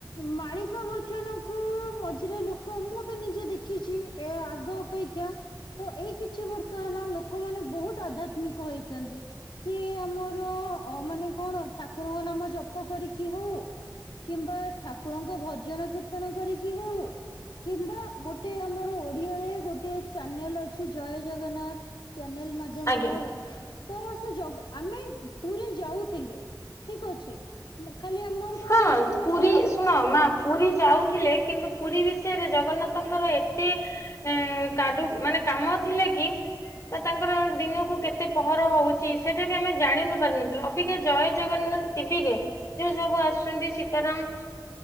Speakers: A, on the left; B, on the left.
A: ମାଳିକା ବଚନକୁ ମଝିରେ ଲୋକ ମୁଁ ବି ନିଜେ ଦେଖିଛି ଏ ଆଗ ଅପେକ୍ଷା ତ ଏଇ କିଛି ବର୍ଷ ହେଲା ଲୋକମାନେ ବହୁତ ଆଧ୍ୟାତ୍ମିକ ହୋଇଛନ୍ତି। ସିଏ ଆମର ମାନେ କଣ ଠାକୁରଙ୍କ ନାମ ଜପ କରିକି ହଉ କିମ୍ବା ଠାକୁରଙ୍କ ଭଜନ କୀର୍ତ୍ତନ କରିକି ହଉ କିମ୍ବା ଗୋଟିଏ ଆମର ଓଡିଆରେ ଗୋଟିଏ ଚ୍ୟାନେଲ ଅଛି ଜୟ ଜଗନ୍ନାଥ ଚ୍ୟାନେଲ ମାଧ୍ୟମରେ
B: ଆଜ୍ଞା।
A: ହଉ ତ ସେ ଜଗା- ଆମେ ପୁରୀ ଯାଉଥିଲେ ଠିକ୍ ଅଛି ଖାଲି ଆମର କଣ
B: ହଁ
A: ଇଚ୍ଛା ଥିଲା
B: ପୁରୀ
A: ନା
B: ଶୁଣ ମା ପୁରୀ ଯାଉଥିଲେ କିନ୍ତୁ ପୁରୀ ବିଷୟରେ ଜଗନ୍ନାଥଙ୍କର ଏତେ ଏ କାଦୁ ମାନେ କାମ ଥିଲା କି? ତ ତାଙ୍କର ଦିନକୁ କେତେ ପହର ହୋଉଛି ସେଇଟା ବି ଆମେ ଜାଣିନୁ ପାରୁନଥିଲ ଅବିକା ଜୟ ଜଗନ୍ନାଥ ଟିଭିରେ ଯୋଉ ସବୁ ଆସୁଛନ୍ତି ସୀତାରାମ